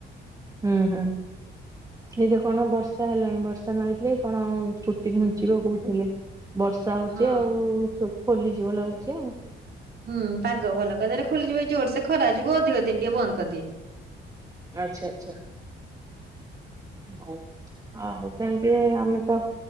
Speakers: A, on the right; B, on the right.
A: ହୁଁ ହୁଁ ଏଇଟି କଣ ବର୍ଷା ହେଲାଣି ବର୍ଷ ନ ହେଇଥିଲେ କଣ ଛୁଟି ଘୁଞ୍ଚିବ କହୁଥିଲେ ବର୍ଷା ହଉଚି
B: ହଁ
A: ଆଉ। ଛୁଟି ଖୋଲିଯିବ ଲାଗୁଚି ଆଉ।
B: ହୁଁ ପାଗ ଭଲ କରିଦେଲେ ଖୋଲିଯିବ ଏ ଜୋର ସେ ଖରା ଯୋଗୁ ଅଧିକ ଦିନି ଟିକେ ବନ୍ଦ କରିଦିଏ।
A: ଆଚ୍ଛା ଆଚ୍ଛା ହଉ। ହ ସେମିତି ଆମେ ତ